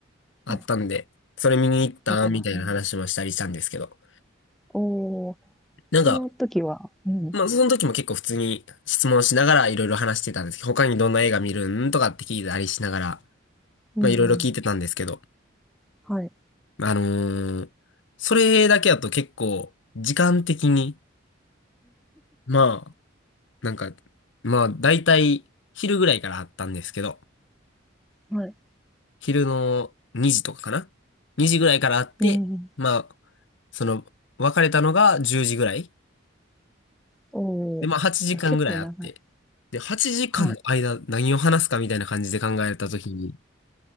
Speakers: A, on the left; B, in the centre.
A: あったんで、
B: あ、はい。
A: それ見に行ったみたいな話もしたりしたんですけど、
B: やってますね。おー、
A: なんか、
B: その時は、うん。
A: まあその時も結構普通に質問しながらいろいろ話してたんですけど、他にどんな映画見るんとかって聞いたりしながら、
B: うんうん
A: まあいろいろ聞いてたんですけど、
B: はい。
A: あのーそれだけだと結構時間的に、まあなんか、まあ、だいたい昼ぐらいからあったんですけど、
B: はい。
A: 昼の2時とかかな ?2 時ぐらいからあって、
B: うんうん。
A: まあ、その、別れたのが10時ぐらい。
B: おー、
A: で、まあ、8時間ぐらいあって。
B: じゃあ結構長い。
A: で、8時間の間、
B: はい。
A: 何を話すかみたいな感じで考えたときに、